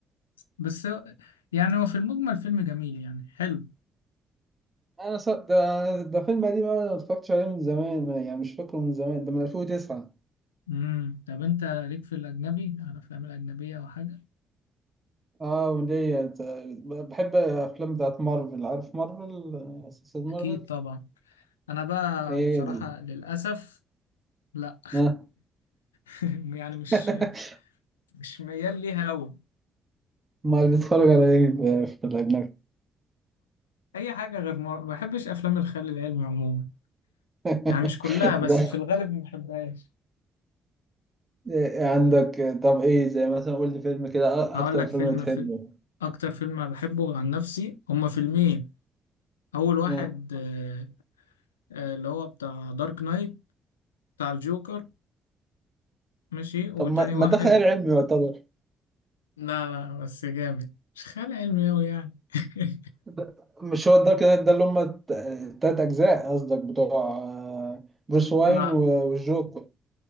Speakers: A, on the left; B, on the right.
A: بس هو- يعني هو في المجمل فيلم جميل يعني حلو
B: انا ص... ده ده فيلم قديم أوي، انا ما اتفرجتش عليه من زمان ما- يعني مش فاكره من زمان ده من 2009
A: امم طب انت ليك في الاجنبي على الافلام الاجنبيه او حاجه
B: اه وليا بحب الافلام بتاعت مارفل عارف مارفل سلسلة مارفل
A: اكيد طبعا انا بقى
B: ايه
A: بصراحه
B: ده؟
A: للاسف لا
B: ها
A: <laughs> يعني مش
B: <laughs>
A: مش ميال ليها قوي
B: امال بتتفرج على ايه في في الاجنبي
A: اي حاجه غير مر... ما بحبش افلام الخيال العلمي عموما
B: <laughs>
A: يعني مش كلها
B: لا
A: بس في الغالب ما بحبهاش
B: إيه عندك طب ايه زي مثلا قول لي فيلم كده أ-
A: هقول
B: اكتر
A: لك
B: فيلم
A: فيلم
B: بتحبه
A: في اكتر فيلم بحبه عن نفسي هما فيلمين اول واحد
B: آه.
A: آه، آه، اللي هو بتاع دارك نايت بتاع الجوكر ماشي وتاني
B: طب ما ما
A: واحد
B: ده خيال علمي يعتبر
A: لا لا بس جامد مش خيال علمي قوي يعني <laughs>
B: ده- مش هو الدارك نايت ده اللي هم الت- التلات أجزاء قصدك بتوع آه، بروس واين
A: لا
B: و- والجوكر